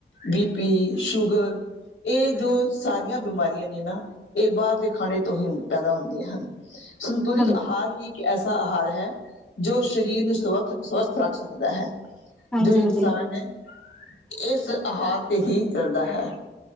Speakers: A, on the left; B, in the centre.
A: ਬੀ ਪੀ ਸ਼ੂਗਰ ਇਹ ਜੋ ਸਾਰੀਆਂ ਬਿਮਾਰੀਆਂ ਨੇ ਨਾ ਇਹ ਬਾਹਰ ਦੇ ਖਾਣੇ ਤੋਂ ਹੀ ਪੈਦਾ ਹੁੰਦੀਆਂ ਹਨ ਸੰਤੁਲਿਤ
B: ਹਾਂਜੀ
A: ਆਹਾਰ ਹੀ ਇੱਕ ਐਸਾ ਆਹਾਰ ਹੈ ਜੋ ਸਰੀਰ ਨੂੰ ਸਵਥ ਸਵਸਥ ਰੱਖ ਸਕਦਾ ਹੈ
B: ਹਾਂਜੀ
A: ਜੋ ਇਨਸਾਨ
B: ਹਾਂਜੀ
A: ਹੈ ਇਸ ਆਹਾਰ ਤੇ ਹੀ ਕਰਦਾ ਹੈ